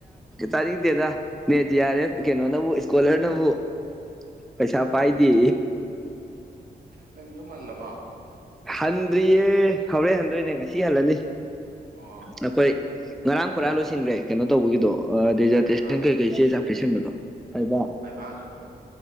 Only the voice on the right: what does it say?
ꯅꯪ ꯌꯨꯝ ꯍꯜꯂꯕ
ꯑꯣ
ꯕꯩꯕꯥ
ꯕꯩꯕꯥꯁꯨ